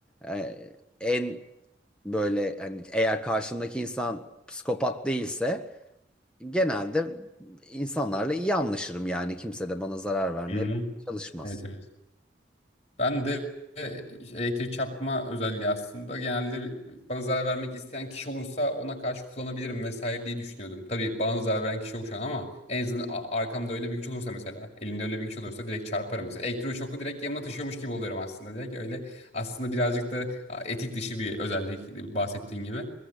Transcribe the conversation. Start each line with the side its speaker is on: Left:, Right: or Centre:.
Centre: e, en böyle hani eğer karşımdaki insan psikopat değilse genelde insanlarla iyi anlaşırım yani kimse de bana zarar vermeye
Left: Hı-hı.
Centre: çalışmaz.
Left: Evet, evet. Ben de e, elektrik çarpma özelliği aslında genelde bana zarar vermek isteyen kişi olursa ona karşı kullanabilirim vesaire diye düşünüyordum. Tabii bana zarar veren kişi yok şu an ama en azından a- arkamda öyle bir güç olursa mesela elimde öyle bir güç olursa direkt çarparım. Mesela elektroşoku direkt yanıma taşıyormuş gibi oluyorum aslında. Direkt öyle aslında birazcık da a, etik dışı bir özellik bahsettiğin gibi.